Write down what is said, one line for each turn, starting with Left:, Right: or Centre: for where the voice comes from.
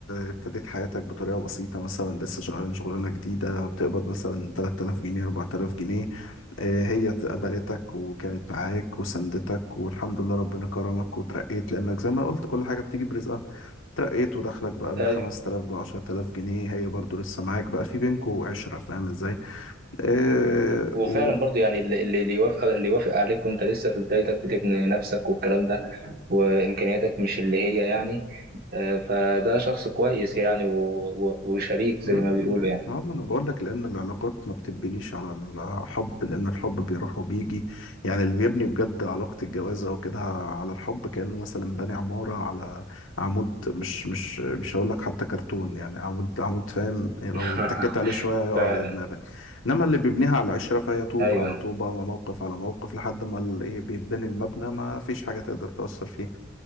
Left: ابتديت حياتك بطريقه بسيطه مثلا لسه شغال شغلانه جديده بتقبض مثلا 3000 جنيه 4000 جنيه آه، هي قبلتك وكانت معاك وسندتك والحمد لله ربنا كرمك وترقيت لانك زي ما قلت كل حاجه بتيجي برزقها ترقيت ودخلك بقى من
Right: أيوه.
Left: 5000 ب 10000 جنيه هي برضو لسه معاك بقى في بينكوا عشرة فاهم ازاي آه
Right: وفعلا
Left: و
Right: برضو يعني اللي اللي اللي يوافق اللي يوافق عليك وأنت لسه في بدايتك بتبني نفسك والكلام ده وإمكانياتك مش اللي هي يعني آه، فده شخص كويس يعني و- و- وشريك زي
Left: مم،
Right: ما بيقولوا يعني
Left: اه ما انا بقول لك لان العلاقات ما بتبنيش على الحب لان الحب بيروح وبيجي يعني اللي بيبني بجد علاقة الجواز او كده على الحب كأنه مثلا باني عمارة على عمود مش مش مش هقول لك حتى كرتون يعني عمود عمود فاهم يعني
Right: <laughs>
Left: لو اتكيت عليه شوية يقع
Right: فعلا
Left: على دماغك انما اللي بيبنيها على عشرة فهي طوبة
Right: أيوه
Left: على
Right: أيوة.
Left: طوبة وموقف على موقف لحد ما ال- ايه بيتبني المبنى ما فيش حاجة تقدر تأثر فيه